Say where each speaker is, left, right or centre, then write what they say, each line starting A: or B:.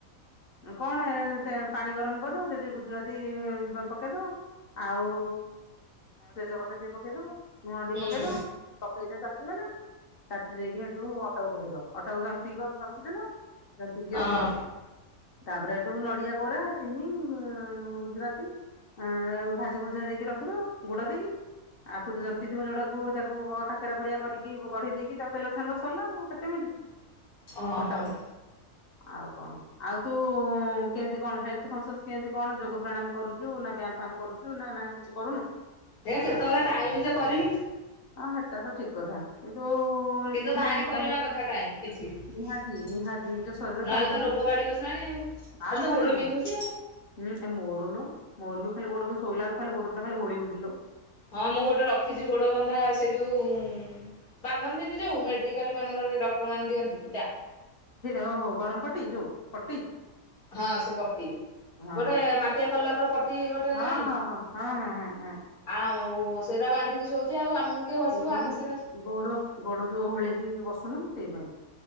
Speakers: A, on the left; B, on the left.
A: କଣ ହେରା ତୋତେ। ପାଣି ଗରମ କରିଦବ ସେଠି ଗୁଜୁରାତି ଗୁଣ୍ଡ ପକେଇଦବ ଆଉ। ତେଜପତ୍ର ଟିକେ ପକେଇଦବ ଲୁଣ ଟିକେ
B: ହୁଁ
A: ପକେଇଦବ ପକେଇଦେଇକି ଚାଖିବ ନା। ତାଖି ଦେଇକି ସେଠୁ ଅଟାକୁ ପକେଇଦବ। ଅଟାକୁ ଯନ୍ତିିକି ରଖିଦେଲୁ ଜନ୍ତିକି
B: ହଁ
A: ରଖିଦବ। ତାପରେ ହେଠୁ ନଡିଆ କୋରା ଚିନି ଗୁଜୁରାତି। ଆ ଭାଜି ଭୁଜା ଦେଇକି ରଖିଦବ ଗୁଡ ଦେଇକି। ଆକୁତ ଯନ୍ତିଥିବ ଯୋଉଟାକୁ ତାକୁ କାକେରା ପରିଆ କରିକି ଗଢି ଦେଇକି ତାକୁ ତେଲରେ ଛାଣିବ ସରିଲା ଆଉ କେତେ ମିନିଟ।
B: ଓହୋ
A: ଫଟାଫଟ। ଆଉ କଣ ଆଉ ତୁ କେମତି କଣ ହେଲଥ କନସସ୍ କେମତି କଣ ଯୋଗ ପ୍ରାଣାୟାମ କରୁଛୁ। ଚୁ ନା ବ୍ୟାୟାମ ଫ୍ୟାମ କରୁଛୁ ନା ନାଇଁ କିଛି କରୁନୁ।
B: ଏ କେତେବେଳେ ଟାଇମଯେ କରିବି।
A: ହଁ ସେଟା ତ ଠିକ କଥା କିନ୍ତୁ। ନିତିଦିନିଆ
B: କିନ୍ତୁ ବାହାରି
A: ଜୀବନରେ
B: କରିବା କଥା ଟାଇମ କିଛି। ନହେଲେ
A: ନିହାତି ନିହାତି ନିଜ ଶରୀର ପାଇଁ
B: ତ ରୋଗ ମାଡି ବସିଲାଣି ଆଉ
A: ଆଉ
B: ଖାଲି ତ
A: କଣ
B: ଗୋଡ
A: କି
B: ପିନ୍ଧୁଛି ଆଉ।
A: ହୁଁ ମୋର ଲୋ ମୋର ବି ଖାଲି ଗୋଡ଼ ବିନ୍ଧୁଚ଼ି ଶୋଇଲା ବେଳକୁ ଖାଲି ଗୋଡ଼ ଦିଟା ଖାଲି ଘୋଳି ହେଉଛି ଲୋ।
B: ହଁ ମୁଁ ଗୋଟେ ରଖିଛି ଗୋଡବନ୍ଧା ସେ ଯୋଉ। ବାନ୍ଧନ୍ତିନି ଯୋଉ ମେଡିକାଲ ମାନଙ୍କରେ ଡକ୍ଟର ମାନେ ଦିଅନ୍ତି ଫିତା।
A: ଓହୋ ଗରମ ପଟି ଯୋଉ ପଟି।
B: ହଁ ସେ ପଟି।
A: ହଁ
B: ଗୋଟେ ମାଟିଆ କଲରର ପଟି ଗୋଟେ
A: ହଁ
B: ନାଇଁ।
A: ହଁ ହଁ ହଁ ହଁ ହଁ ହଁ
B: ଆମକୁ ସେରା ବାନ୍ଧିକି ଶୋଉଛି ଆଉ ଆମକୁ। କିଏ ଘସିବ
A: ତୋ ଯୋଉ
B: ଆମେ ସିନା
A: ଗୋଡ। ଗୋଡ ଯୋଉ ଓହଳେଇକି ବସୁନି ସେଇ ପାଇଁ।